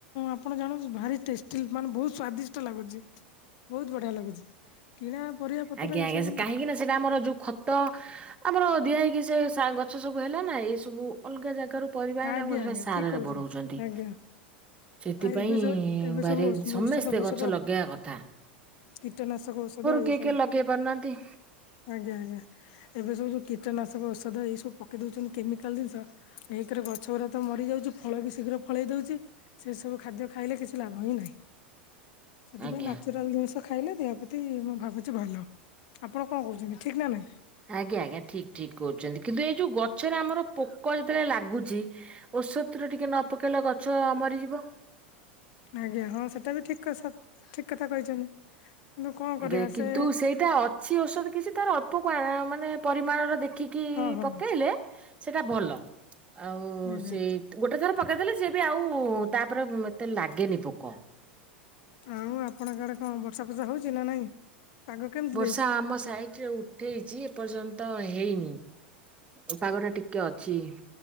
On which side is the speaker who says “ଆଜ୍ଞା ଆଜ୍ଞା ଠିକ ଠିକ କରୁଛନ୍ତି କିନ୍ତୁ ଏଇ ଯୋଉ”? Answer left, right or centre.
Right